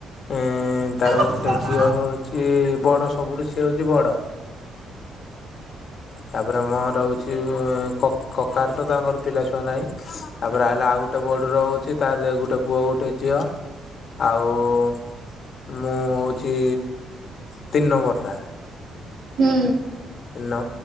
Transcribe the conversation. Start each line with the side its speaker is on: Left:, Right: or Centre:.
Left: ଏଁ ତାର
Right: ହୁଁ
Left: ଗୋଟେ
Right: ଆଚ୍ଛା
Left: ଝିଅ ହଉଚି ବଡ ସବୁଠୁ ସିଏ ହଉଚି ବଡ- ତାପରେ ଅମହର ହଉଚି କକାର ତ ତାଙ୍କର ପିଲା ଛୁଆ ନାହିଁ ତାପରେ ଆଇଲା ଆଉ ଗୋଟେ ବଡୁର ହହୁଚି ତାର ଗୋଟେ ପୁଅ ଗୋଟେ ଝିଅ ଆଉ- ମୁଁ ହଉଚି ତିନି ନମ୍ବର ଟା
Right: ହୁଁ
Left: ନ